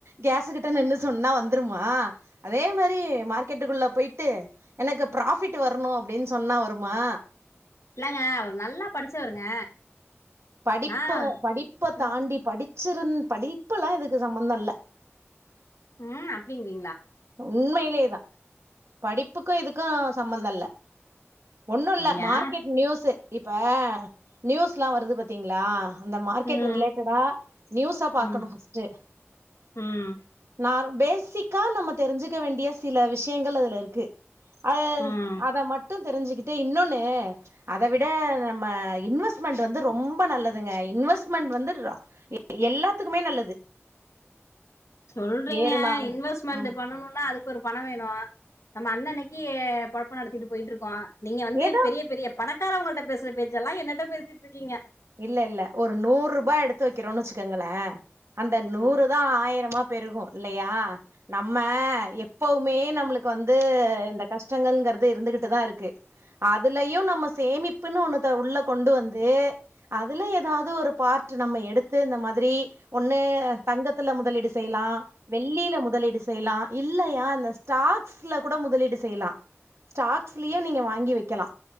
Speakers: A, on the right; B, on the left.
A: கேஸு கிட்டு நின்னு சொன்னா வந்துருமா அதே மாறி மார்க்கெட்டுக்குள்ள போய்ட்டு எனக்கு ப்ராஃபிட் வரனு அப்டினு சொன்னா வருமா
B: இல்லங்க அவர் நல்லா படிச்சவருங்க
A: படிப்ப
B: நான்
A: படிப்ப
B: ம்
A: தாண்டி படிச்சிருந் படிப்புல்லா இதுக்கு சம்மந்த இல்ல
B: ம் அப்டிங்கறீங்களா
A: உண்மையிலேதா படிப்புக்கு இதுக்கு சம்மந்த இல்ல ஒண்ணு இல்ல
B: ஏ
A: மார்க்கெட் நியூஸு இப்ப நியூஸ்ல்லா வருது பாத்தீங்களா அந்த மார்கெட்
B: ம்
A: ரிலேட்டடா நியூஸா பாக்கனு
B: ம்
A: ஃபர்ஸ்ட்டு
B: ம்
A: நார் பேசிக்கா நம்ம தெரிஞ்சுக்க வேண்டிய சில விஷயங்கள் அதுல இருக் க்கு அ
B: ம்
A: அத மட்டு தெரிஞ்சுகிட்டு இன்னொன்னு அத விட நம்ம இன்வெஸ்ட்மெண்ட் வந்து ரொம்ப நல்லதுங்க இன்வெஸ்ட்மெண்ட் வந்து எல்லாத்துக்குமே நல்லது
B: சொல்றீங்க
A: ஏறுனாலு
B: இன்வெஸ்ட்மெண்ட்
A: ம்
B: பண்ணனுனா அதுக் அதுக்கு ஒரு பண வேணு நம்ம அன்னைக்கு பொழப்பு நடத்திட்டு போயிட்டு இருக்கோ நீங்க வந்து
A: ஏதோ
B: பெரிய பெரிய பணக்காரட்ட பேசுற பேச்செல்லா என்னட்ட பேசிட்டுருக்கீங்க
A: இல்ல இல்ல ஒரு நூறு ரூபா எடுத்து வைக்கிறோன்னு வச்சுக்கோங்களே அந்த நூறு
B: ம்
A: தா ஆயிரமா பெருகும் இல்லையா நம்ம எப்பவுமே நம்மளுக்கு வந்து இந்த கஷ்டங்கள்கறது இருந்துகிட்டுதா இருக்கு அதுலயு நம்ம சேமிப்புன்னு ஒன்னுத்த உள்ள கொண்டு வந்து அதுல ஏதாது ஒரு பார்ட் நம்ம எடுத்து இந்த மாதிரி ஒன்னு தங்கத்துல முதலீடு செய்யலா‌ வெள் வெள்ளில முதலீடு செய்யலா இல்லையா இந்த ஸ்டாக்ஸ்ல கூட முதலீடு செய்யலா ஸ்டாக்ஸ்லயு நீங்க வாங்கி வைக்கலா